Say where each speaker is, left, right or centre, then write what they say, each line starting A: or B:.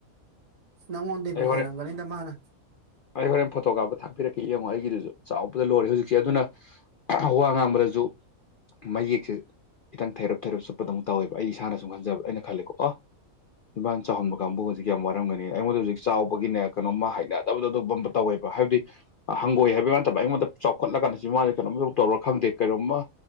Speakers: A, on the right (about 35°); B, on the left (about 75°).
A: ꯅꯪꯉꯣꯟꯗꯩꯕꯨ
B: ꯑꯩ
A: ꯍꯦꯜꯂꯝꯒꯅꯤꯗ
B: ꯍꯣꯔꯦꯟ
A: ꯃꯥꯅ
B: ꯑꯩ ꯍꯣꯔꯦꯟ ꯐꯣꯇꯣ ꯀꯥꯞꯄ ꯊꯄꯤꯔꯛꯦ ꯌꯦꯡꯉꯣ ꯑꯩꯒꯤꯗꯨꯁꯨ ꯆꯥꯎꯕꯗ ꯂꯣꯏꯔꯦ ꯍꯧꯖꯤꯛꯁꯦ ꯑꯗꯨꯅ ꯋꯥ ꯉꯥꯡꯕꯗꯁꯨ ꯃꯌꯦꯛꯁꯦ ꯈꯤꯇꯪ ꯊꯩꯔꯞ ꯊꯩꯔꯞ ꯆꯠꯄꯗꯗꯧꯅ ꯇꯧꯋꯦꯕ ꯑꯩ ꯏꯁꯥꯅ ꯁꯨꯝ ꯈꯟꯖꯕ ꯑꯩꯅ ꯈꯜꯂꯦꯀꯣ ꯑꯣ ꯆꯤꯝꯕꯥꯜ ꯆꯥꯎꯍꯟꯕ ꯀꯥꯡꯕꯨ ꯍꯧꯖꯤꯛ ꯌꯥꯝ ꯋꯥꯔꯝꯒꯅꯤ ꯑꯩꯉꯣꯟꯗ ꯍꯧꯖꯤꯛ ꯆꯥꯎꯕꯒꯤꯅꯦ ꯀꯩꯅꯣꯝꯃ ꯍꯥꯏꯅꯦ ꯇꯕꯨꯗ ꯑꯗꯨ ꯇꯧꯋꯦꯕ ꯍꯥꯏꯕꯗꯤ ꯍꯪꯒꯣꯏ ꯍꯥꯏꯕꯩ ꯋꯥ ꯅꯠꯇꯕ ꯑꯩꯉꯣꯟꯗ ꯆꯥꯎꯈꯠꯂꯀ ꯀꯥꯟꯗ ꯆꯤꯟꯕꯥꯟꯁꯦ‌‌ ꯀꯩꯅꯣꯝꯇꯧ ꯇꯧꯔ ꯈꯪꯗꯦ ꯀꯩꯅꯣꯝꯃꯥ‌